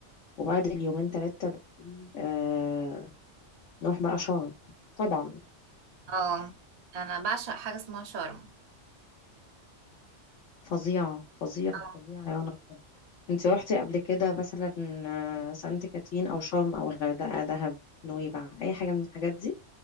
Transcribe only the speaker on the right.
اه انا بعشق حاجة اسمها شرم
اه